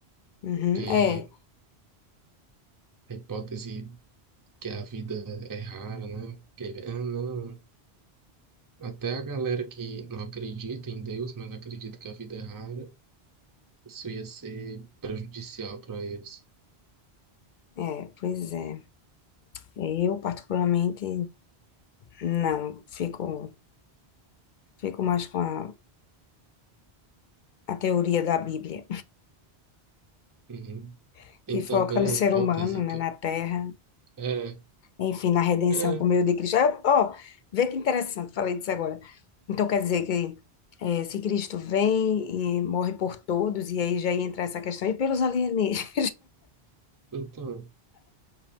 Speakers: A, on the left (about 60°); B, on the right (about 20°).
A: uhum.
B: porque
A: É,
B: a hipótese que a vida é rara, né? Que, ah, não. Até a galera que não acredita em Deus, mas acredita que a vida é rara, isso ia ser prejudicial para eles.
A: É, pois é. É, Eu, particularmente, não. Fico, fico mais com a, a teoria da Bíblia,
B: Uhum.
A: <laughs>
B: Tem
A: que
B: também
A: foca no
B: a hipótese
A: ser humano,
B: que
A: né, na
B: eu...
A: terra,
B: É,
A: enfim, na redenção
B: é,
A: por meio de Cristo. Ah, Ó, vê que interessante, falei disso agora. Então, quer dizer que eh, se Cristo vem e morre por todos, e aí já ia entrar essa questão, e pelos alienígenas?
B: então,